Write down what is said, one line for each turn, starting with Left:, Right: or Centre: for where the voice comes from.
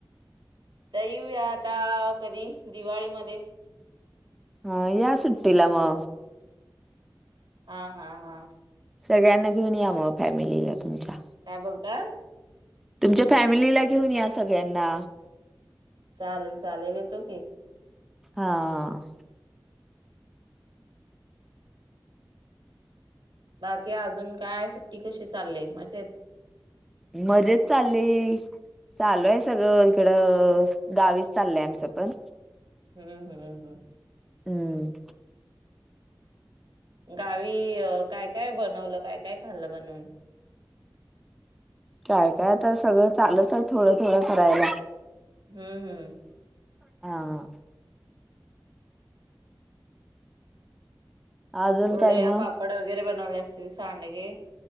Right: तर येऊया आता, कधी दिवाळीमध्ये
Centre: हा या सुट्टीला म
Right: हा हा हा.
Centre: सगळ्यांना घेऊन या मग, फॅमिलीला तुमच्या
Right: काय बोलताय
Centre: तुमच्या फॅमिलीला घेऊन या सगळ्यांना.
Right: चालेल-चालेल येतो की.
Centre: हा.
Right: बाकी अजून काय, सुट्टी कशी चालले मजेत?
Centre: मजेत चालले. चालू आय सगळं हिकडं गावीच चाललंय आमचं पण.
Right: हम्म हम्म हम्.
Centre: हम्म.
Right: गावी अ, काय-काय बनवलं काय-काय खाल्लं बनवून?
Centre: काय-काय आता सगळं चालत हाय थोडं-थोडं करायला.
Right: हम्म हम्म
Centre: हा. अजून
Right: कुरड्या,
Centre: काय मग
Right: पापड वगैरे बनवले असतील सांडगे?